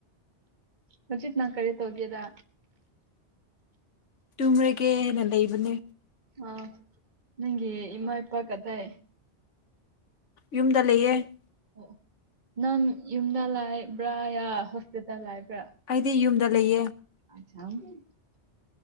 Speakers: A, on the right; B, on the left.
A: ꯔꯖꯤꯠ ꯅꯪ ꯀꯔꯤ ꯇꯒꯦꯗ
B: ꯇꯨꯝꯔꯒꯦꯅ ꯂꯩꯕꯅꯦ
A: ꯑ ꯅꯪꯒꯤ ꯏꯃꯥ ꯏꯄꯥ ꯀꯗꯥꯥꯏ
B: ꯌꯨꯝꯗ ꯂꯩꯌꯦ
A: ꯑꯣ ꯅꯪ ꯌꯨꯝꯗ ꯂꯩꯕ꯭ꯔꯥ ꯌꯥ ꯍꯣꯁꯇꯦꯜꯗ ꯂꯩꯕ꯭ꯔꯥ
B: ꯑꯩꯗꯤ ꯌꯨꯝꯗ ꯂꯩꯌꯦ
A: <unintelligible>